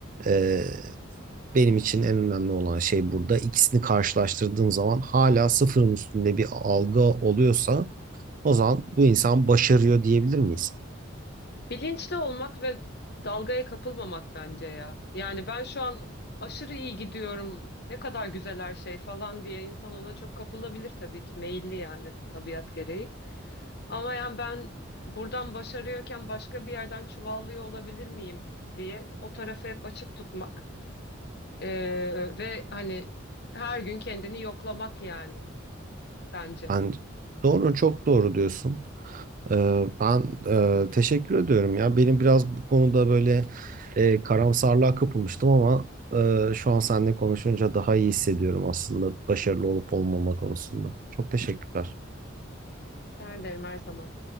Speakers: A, on the right; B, on the left.
A: eee, benim için en önemli olan şey burada ikisini karşılaştırdığım zaman hala sıfırın üstünde bir algı oluyorsa o zaman bu insan başarıyor diyebilir miyiz?
B: Bilinçli olmak ve dalgaya kapılmamak bence ya. Yani ben şu an aşırı iyi gidiyorum, ne kadar güzel her şey falan diye insan ona çok kapılabilir tabii ki, meyilli yani tabiat gereği. Ama yani ben buradan başarıyorken başka bir yerden çuvallıyor olabilir miyim diye o tarafı hep açık tutmak Ee, ve hani her gün kendini yoklamak yani bence.
A: Ben doğru çok doğru diyorsun. Ee, Ben e, teşekkür ediyorum ya. Benim biraz bu konuda böyle e, karamsarlığa kapılmıştım ama e, şu an seninle konuşunca daha iyi hissediyorum aslında başarılı olup olmama konusunda. Çok teşekkürler.
B: Rica ederim her zaman.